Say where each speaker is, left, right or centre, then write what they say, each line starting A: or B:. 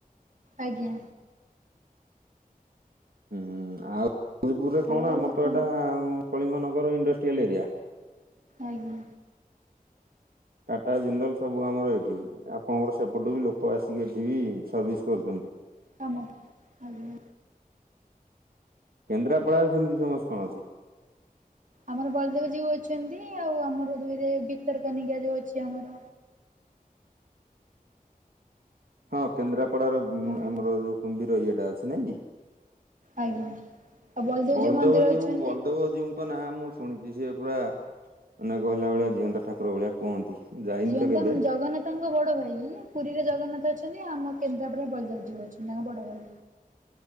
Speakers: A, on the right; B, on the right.
A: ଆଜ୍ଞା
B: ହୁଁ ଆଉ ଜାଜପୁରରେ କଣ
A: ଆଉ
B: ଆମର
A: ଆପଣ
B: ତ ଏଇଟା କଳିଙ୍ଗନ ଇଣ୍ଡଷ୍ଟ୍ରୟଲ ଏରିଆ
A: ଆଜ୍ଞା।
B: କାଟା, ଜିନ୍ଦଲ ସବୁ ଆମର ଏଇଠି। ଆପଣଙ୍କର ସେପଟୁ ବି ଲୋକ ଆସିକି ଏଠି ବି ସର୍ଭିସ କରୁଛନ୍ତି।
A: କାମ, ଆଜ୍ଞା।
B: କେନ୍ଦ୍ରାପଡ଼ାରେ ସେମିତି ଫେମସ କଣ ଅଛି?
A: ଆମର ବଲଦେବ ଜୀଉ ଅଛନ୍ତି। ଆଉ ଆମର ଦୁଇରେ ଭିତରକନିକା ଯୋଉ ଅଛି ଆମର।
B: ହଁ କେନ୍ଦ୍ରାପଡାର
A: ଆଉ
B: ଆମର ଯୋଉ କୁମ୍ଭୀର ଇଏଟା ଅଛି ନାଇଁ କି।
A: ଆଜ୍ଞା ଆଉ
B: ବଳଦେବ
A: ମନ୍ଦିର
B: ଜୀଉ
A: ଅଛନ୍ତି।
B: ବଳଦେବ ଜୀଉଙ୍କ ନାଁ ମୁଁ ଶୁଣିଚି। କି ସିଏ ପୁରା ମାନେ କହିଲା ଭଳିଆ ଜିଅନ୍ତା ଠାକୁର ଭଳିଆ କୁହନ୍ତି। ଯାଇନି
A: ଜିଅନ୍ତା
B: ତ କେବେ
A: ଜଗନ୍ନାଥଙ୍କ ବଡ ଭାଇ ପୁରୀରେ ଜଗନ୍ନାଥ ଅଛନ୍ତି। ଆମ କେନ୍ଦ୍ରାପଡା ବଳଦେବ ଜୀଉ ଅଛନ୍ତି। ତାଙ୍କ ବଡ ଭାଇ।